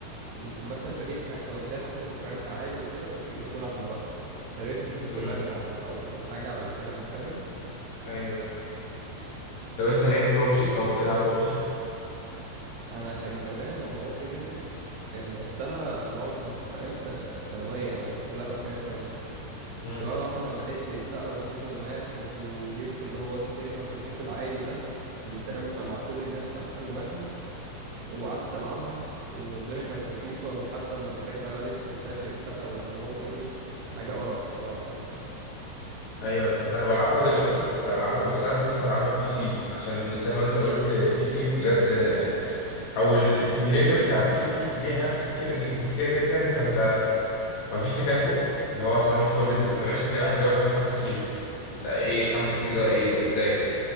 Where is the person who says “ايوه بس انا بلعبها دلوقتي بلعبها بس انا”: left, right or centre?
Left